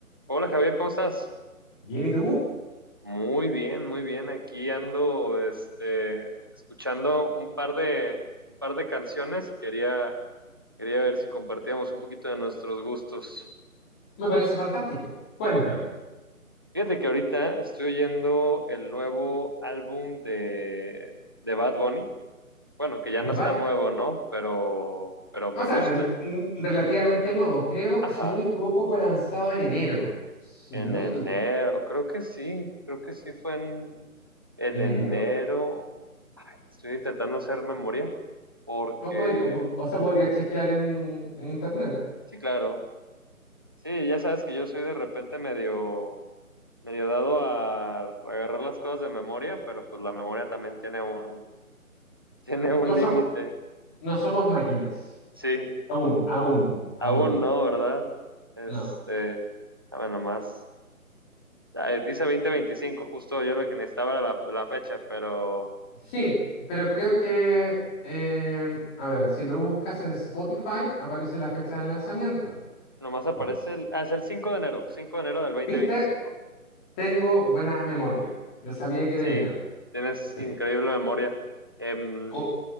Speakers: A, on the right (about 15°); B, in the centre.
A: Hola Javier, ¿cómo estás?
B: Bien, ¿y tú?
A: Muy bien, muy bien. Aquí ando, este, escuchando un par de, un par de canciones y quería, quería ver si compartíamos un poquito de nuestros gustos.
B: Me parece fantástico. Cuéntame.
A: Fíjate que ahorita estoy oyendo el nuevo álbum de, de Bad Bunny. Bueno, que ya
B: The
A: no
B: Bat-
A: está nuevo, ¿no? Pero, pero me
B: o sea,
A: gusta.
B: rel- mm, relativamente nuevo. Creo,
A: Ajá,
B: si no me equivoco, fue lanzado en enero. Si
A: en
B: no
A: enero,
B: me equivoco,
A: creo que sí, creo que sí fue en, en
B: en
A: enero
B: enero.
A: Estoy intentando hacer memoria porque,
B: No podría, o, po- o se podría chequear en, en internet.
A: sí, claro, sí, ya sabes que yo soy de repente medio, medio dado a agarrar las cosas de memoria, pero pues la memoria también tiene un, <laughs> tiene un
B: No,
A: límite.
B: som- no somos máquinas.
A: Sí,
B: Aún, aún, aún.
A: aún no, ¿verdad? Este,
B: No.
A: a ver nomás. Ah, eh, dice 2025, justo yo lo que necesitaba era la, la fecha, pero
B: Sí, pero creo que, eh, a ver, si lo buscas en Spotify, aparece la fecha de lanzamiento.
A: nomás
B: Entonces,
A: aparece el, ah, es el cinco de enero, cinco de enero del dos mil
B: ¿viste?
A: veinticinco
B: Tengo buena memoria. Yo sabía que
A: Sí,
B: era enero.
A: tienes
B: Sí.
A: increíble memoria. Em,
B: O-